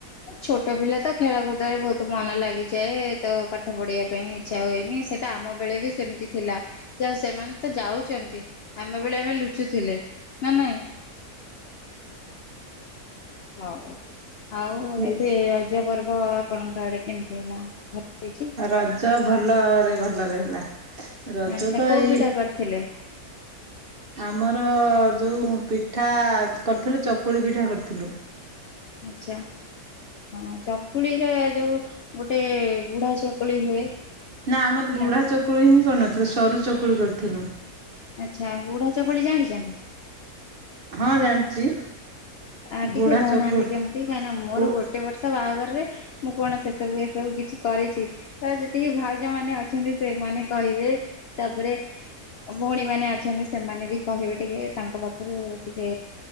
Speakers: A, on the left; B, on the right.
A: ଛୋଟ ପିଲା ତ ଖେଳକୁଦରେ ବହୁତ ମନ ଲାଗିଯାଏ ତ ପାଠ ପଢିବା ପାଇଁ ଇଚ୍ଛା ହୁଏ ନି ସେଇଟା ଆମ ବେଳେ ବି ସେମିତି ଥିଲା। ଯା ହେଉ ସେମାନେ ତ ଯାଉଚନ୍ତି ଆମେ ବେଳେ ଆମେ ଲୁଚୁଥିଲେ ନା ନାଇଁ। ଆଉ ହଉ
B: ହୁଁ
A: ଏବେ ର ପୂଜ ପର୍ବ ଆପଣଙ୍କ ଆଡ଼େ କେମିତି ହେଲା ଭଲ ହେଇଚି?
B: ରଜ ଭଲରେ ଭଲରେ ହେଲା। ରଜ
A: ଆଚ୍ଛା
B: ତ
A: କୋଉ
B: ଏଇ
A: ପିଠା କରିଥିଲେ?
B: ଆମର ଯଉଁ ପିଠା କରିଥିଲୁ ଚକୁଳି ପିଠା କରିଥିଲୁ।
A: ଆଚ୍ଛା। ହଁ ଚକୁଳିର ଯୋଉ ଗୋଟେ ବୁଢା ଚକୁଳି ହୁଏ।
B: ନା ଆମର
A: ହେଲା।
B: ବୁଢା ଚକୁଳି ହିଁ କରିନଥିଲୁ। ସରୁ ଚକୁଳି କରିଥିଲୁ।
A: ଆଚ୍ଛା ବୁଢ଼ା ଚପଳି ଜାଣିଚନ୍ତି?
B: ହଁ ଜାଣିଚି।
A: ଆ ଟିକେ
B: ବୁଢା
A: କହୁନାହାନ୍ତି
B: ଚକୁଳି
A: କେମିତି? କାହିଁକି ନା ମୋର
B: ବୁ
A: ଗୋଟେ ବର୍ଷ ବାହାଘରରେ ମୁଁ କଣ ସେ ସବୁ ଏ ସବୁ କିଛି କରିଚି। ତ ଯେତିକି ଭାଉଜ ମାନେ ଅଛନ୍ତି ସେମାନେ କହିବେ। ତାପରେ ଭଉଣୀମାନେ ଅଛନ୍ତି ସେମାନେ ବି କହିବେ ଟିକେ ତାଙ୍କ ପାଖରୁ ଟିକେ